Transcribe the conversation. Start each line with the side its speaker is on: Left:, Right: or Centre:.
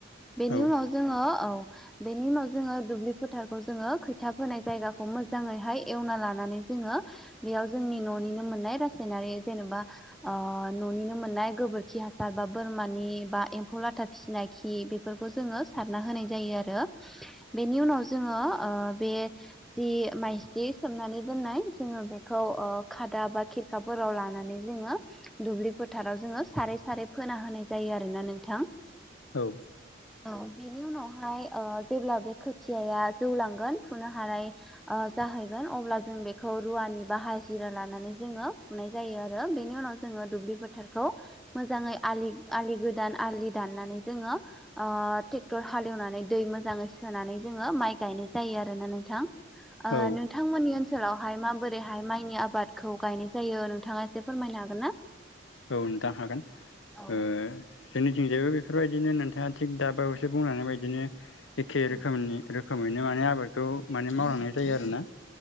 Centre: बेनि
Left: औ
Centre: उनाव जोङो औ बेनि उनाव जोङो दुब्लि फोथारखौ जोङो खोथिया फोनाय जायगाखौ मोजाङैहाय एवना लानानै जङो बेयाव जोंनि न'निनो मोननाय रासायनारि जेनेबा न'निनो मोननाय गोबोरखि हासार बा बोरमानि एबा एम्फौ लाथा फिसिना खि बेफोरखौ जोङो सारना होनाय जायो आरो बेनि उनाव जोङो ओ बे जि माइजिलि खोबनानै जों बेखौ खादा बा खेरखाफोराव लानानै जोङो दुब्लि फोथाराव जोङो सारै सारै फोना होनाय जायो आरो आरो ना नोंथां
Left: औ
Centre: औ बेनि उनावहाय जेब्ला ओ बे खोथियाया जौ लांगोन फुनो हानाय ओ जाहैगोन अब्ला जों बेखौ रुवानि बा हाजिरा लानानै जोङो फुनाय जायो आरो बेनि उनाव जोङो दुब्लि फोथारखौ मोजाङै आलि आलि गो दान आलि दानानै जोङो ओ ट्रेक्टर हालेवनानै दै मोजाङै सोनानै जों माइ गायनाय जायो आरो ना नोंथां ओ
Left: औ
Centre: नोंथांमोननि ओनसो सोलावहाय माबोरैहाय माइनि आबादखौ गायनाय जायो नोंथाङा एसे फोरमायनो हागोन ना
Left: औ नोंथां हागोन
Centre: औ
Left: ओ जोंनिथिंजायबो बेफोरबायदिनो नोंथाङा थिग दाबावैसो बुंनानै बायदिनो एखे
Centre: औ
Left: रोखोमनि खोमैनो माने आबादखौ माने मावलांनाय जायो आरोना